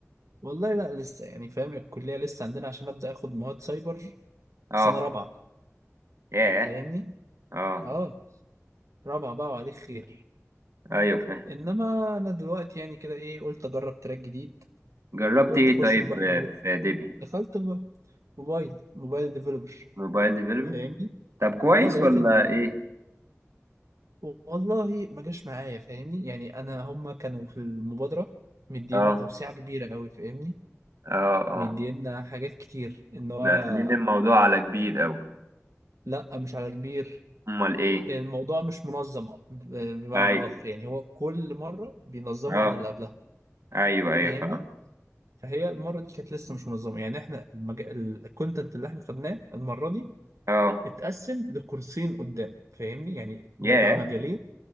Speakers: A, on the right; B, on the right.
A: والله لا لسه يعني فاهم الكليه لسه عندنا عشان ابدا اخد مواد سايبر في
B: اه
A: سنه رابعه
B: ياه
A: فاهمني
B: اه
A: اه رابعه بقى وعليك خير
B: ايوه فاهم
A: انما انا دلوقتي يعني كده ايه قلت اجرب تراك جديد
B: جربت
A: قلت
B: ايه
A: اخش
B: طيب
A: موبايل
B: آه،
A: ديفلوبر
B: في ديبي
A: دخلت م- موبايل موبايل ديفلوبر
B: موبايل ديفلوبر
A: فاهمني
B: طب كويس
A: اه لقيت
B: ولا
A: ان
B: ايه
A: والله ما جاش معايا فاهمني يعني انا هما كانوا في المبادره مدينا
B: اه
A: توسيعه كبيره قوي فاهمني
B: اه اه
A: مدينا حاجات كتير ان هو
B: داخلين الموضوع على كبير قوي
A: لا مش على كبير
B: امال ايه
A: الموضوع مش منظم بمعنى
B: اي
A: اخر يعني هو كل مره بينظمه
B: اه
A: عن اللي قبلها
B: ايوه ايوه
A: فاهمني
B: فاهم
A: فهي المرة دي كانت لسه مش منظمة يعني احنا المج... الكونتنت اللي احنا خدناه المرة دي
B: اه
A: اتقسم لكورسين قدام فاهمني يعني ده
B: ياه
A: بقى مجالين